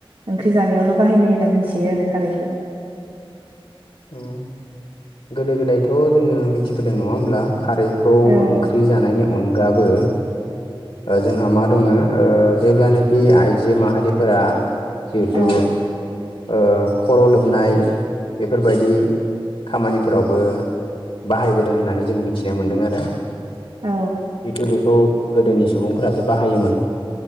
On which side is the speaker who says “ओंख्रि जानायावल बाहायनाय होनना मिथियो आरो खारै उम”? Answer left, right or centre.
Right